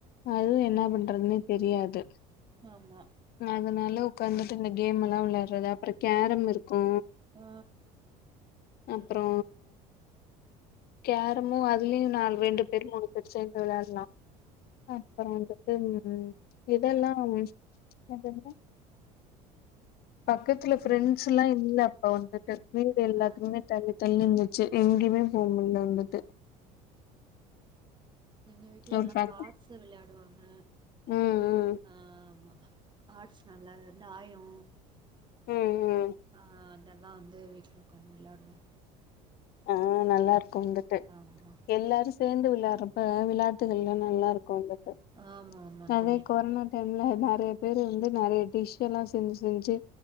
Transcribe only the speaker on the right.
ஆமா
ஆ
ஆ
எங்க வீட்லெல்லா
காட்ஸ் வெளாடுவாங்க
ஆமா காட்ஸ் நல்லாதா தாயோ
ஆ அதெல்லா வந்து வீட்ல ஒக்காந்து வெளாடுவோ
ஆமாமா
ஆமா ஆமா
தோழி
கண்